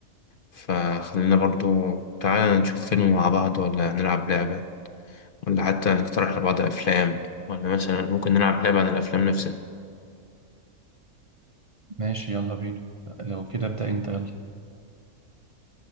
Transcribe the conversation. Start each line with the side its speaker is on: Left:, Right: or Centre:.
Left: فخلينا برضو تعالى نشوف فيلم مع بعض ولا هنلعب لعبة ولا حتى نقترح لبعض أفلام ولا مثلا ممكن نلعب لعبة عن الأفلام نفسها
Right: ماشي يلا بينا لو كده ابدأ أنت يلا